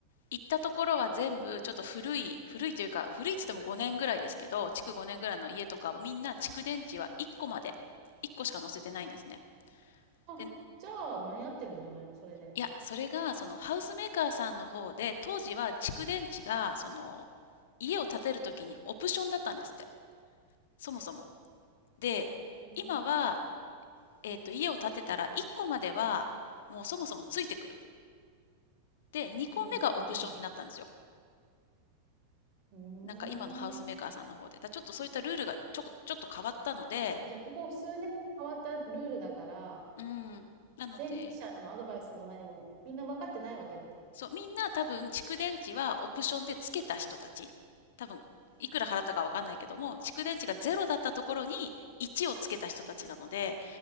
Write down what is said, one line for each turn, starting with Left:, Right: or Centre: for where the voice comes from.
Left: 行ったところは全部ちょっと古い、古いというか、古いっつっても5年ぐらいですけど、築5年ぐらいの家とかはみんな蓄電池は1個まで、
Right: うん。
Left: 1個しか載せてないんですね。
Right: あ、
Left: で、
Right: じゃあ間に合ってるんじゃないの？それで。
Left: いや、それが、その、ハウスメーカーさんの方で、当時は蓄電池が、その、家を建てるときにオプションだったんですって。そもそも。で、
Right: うーん。
Left: 今は、えっと、家を建てたら1個までは、もうそもそもついてくる。で、2個目がオプションになったんですよ。
Right: うん、うんうん。うーん。
Left: なんか今のハウスメーカーさんの方で。だからちょっとそういったルールがちょこ、ちょっと変わったので、
Right: あ、じゃあここ数年変わったルールだから、
Left: うん。なので、
Right: 前任者のアドバイスも何も、みんな分かってないわけだ。
Left: そう、みんな多分蓄電池はオプションでつけた人たち。多分、いくら払ったかわかんないけども、蓄電池がゼロだったところに1をつけた人たちなので、